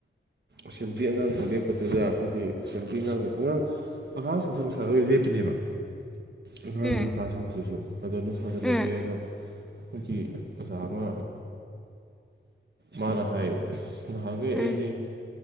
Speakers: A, on the right; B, in the centre.
A: ꯑꯦꯁꯦꯝꯕ꯭ꯂꯤ ꯑꯉꯥꯡ ꯂꯦꯞꯄꯗꯨꯗ ꯍꯥꯏꯗꯤ ꯁꯦꯝꯕ꯭ꯂꯤ ꯑꯉꯥꯡꯅꯦ ꯑꯉꯥꯡ ꯑꯉꯥꯡꯁꯤꯡꯁꯦ ꯅꯨꯡꯁꯥꯗ ꯂꯣꯏ ꯂꯦꯞꯄꯤꯅꯦꯕ ꯑꯉꯥꯡ
B: ꯎꯝ
A: ꯃꯆꯥꯁꯤꯡꯗꯨꯁꯨ ꯑꯗꯣ ꯅꯨꯡꯁꯥꯗ ꯂꯦꯄꯦ
B: ꯎꯝ
A: ꯑꯗꯣ ꯑꯩꯈꯣꯏꯒꯤ ꯑꯣꯖꯥ ꯑꯃ ꯃꯥꯅ ꯍꯥꯏ ꯑꯁ ꯅꯍꯥꯟꯈꯩ
B: ꯎꯝ
A: ꯑꯩꯗꯤ